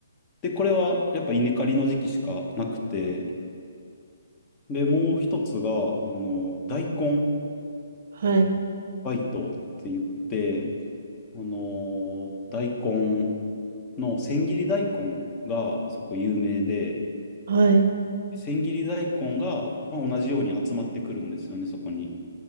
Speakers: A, on the left; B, on the right.
A: で、これはやっぱ稲刈りの時期しかなくて、で、もう一つが、あの、大根
B: はい、
A: バイトって言って、あのー大根の千切り大根がそこ有名で、
B: はい、
A: 千切り大根が、まあ、同じように集まってくるんですよね、そこに。